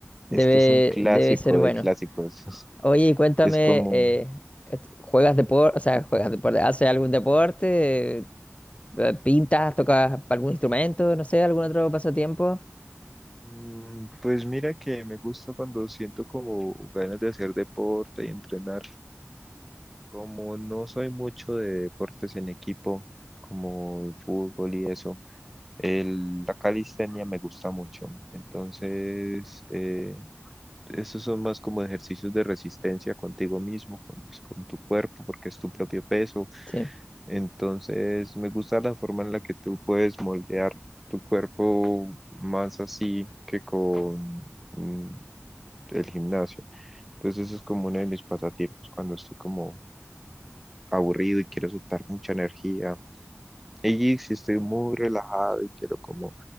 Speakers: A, in the centre; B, on the left (about 25°).
A: Es
B: debe,
A: que es un clásico
B: debe ser bueno.
A: de clásicos, <laughs>
B: Oye, y cuéntame,
A: es como...
B: eh, et- ¿juegas deporte? O sea, ¿juegas deporte? ¿Haces algún deporte? Eh, ¿Pintas? ¿Tocas algún instrumento? No sé, algún otro pasatiempo.
A: mm, Pues mira que me gusta cuando siento como ganas de hacer deporte y entrenar. Como no soy mucho de deportes en equipo, como el fútbol y eso, El- la calistenia me gusta mucho. Entonces, eh, esos son más como ejercicios de resistencia contigo mismo, con, pues, con tu cuerpo, porque es tu propio peso.
B: Sí.
A: Entonces, me gusta la forma en la que tú puedes moldear tu cuerpo más así que con mm, el gimnasio. Entonces, eso es como uno de mis pasatiempos cuando estoy como aburrido y quiero soltar mucha energía. Y si estoy muy relajado y quiero como